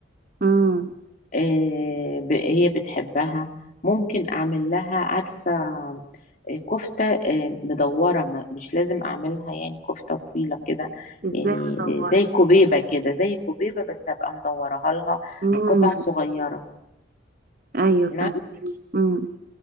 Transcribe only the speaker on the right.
امم
ازاي
مدورة
امم
ايوه فاهمك
امم